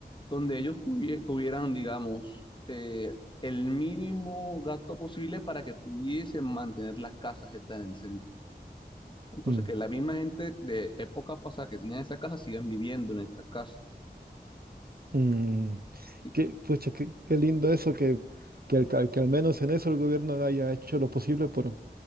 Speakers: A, on the left; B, on the right.
A: donde ellos tuvie- tuvieran, digamos, eh, el mínimo gasto posible para que pudiesen mantener las casas que están en el centro. Entonces,
B: Mm,
A: que la misma gente de épocas pasadas que tenían esa casa sigan viviendo en estas casas.
B: mm.
A: Y,
B: Qué, pucha, qué, qué lindo eso que, que, al que al menos en eso el gobierno haya hecho lo posible por,